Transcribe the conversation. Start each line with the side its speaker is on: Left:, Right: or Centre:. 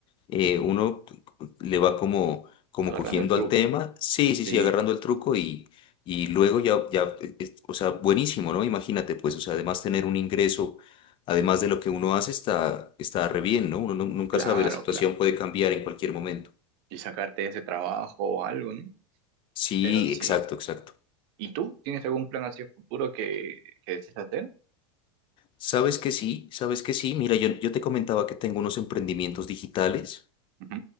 Left: eh, uno le va como, como
Right: agarrando
Left: cogiendo
Right: el truco.
Left: al tema, sí, sí,
Right: Sí,
Left: sí, agarrando el truco y, y luego ya, ya, eh, eh, o sea, buenísimo, ¿no? Imagínate, pues, o sea, además tener un ingreso, además de lo que uno hace, está, está re bien, ¿no? Uno nu- nunca
Right: claro,
Left: sabe, la situación
Right: claro.
Left: puede cambiar en cualquier momento.
Right: Y sacarte de ese trabajo o algo, ¿no?
Left: Sí,
Right: Pero sí.
Left: exacto, exacto.
Right: ¿Y tú? ¿Tienes algún plan hacia el futuro que, que desees hacer?
Left: Sabes que sí, sabes que sí. Mira, yo, yo te comentaba que tengo unos emprendimientos digitales
Right: Ujú,